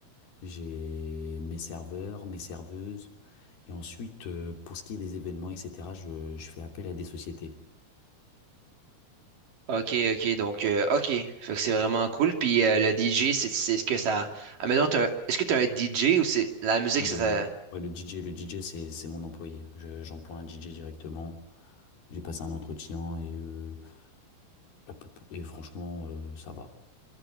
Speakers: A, on the left; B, on the right.
A: J'ai mes serveurs, mes serveuses. Et ensuite, euh, pour ce qui est des événements, etc., je, je fais appel à des sociétés.
B: OK, OK, donc, euh, OK. Fait que c'est vraiment cool. Puis euh, le DJ, c'est, c'est ce que ça. Ah, mais non, t'as- un- est-ce que tu as un DJ ou c'est la musique,
A: Le,
B: ça, ça...
A: ouais, le DJ, le DJ, c'est, c'est mon employé. Je- j'emploie un DJ directement. J'ai passé un entretien et, euh, la plus- et franchement, euh, ça va.